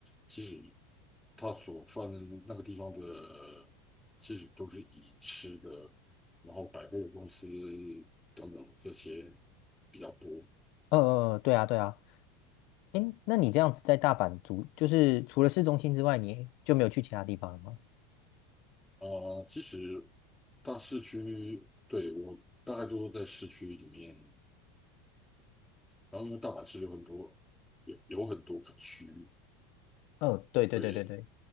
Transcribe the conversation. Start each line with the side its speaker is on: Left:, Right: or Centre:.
Centre: 其实它所泛那个地方的，其实都是以吃的，然后百货公司等等这些比较多。
Left: 呃呃，呃对啊，对啊。哎，那你这样子在大阪住，就是除了市中心之外，你就没有去其他地方了吗？
Centre: 啊、呃其实大市区，对，我大概都在市区里面，然后因为大阪市有很多有有很多个区，
Left: 嗯，对对对对对。
Centre: 对，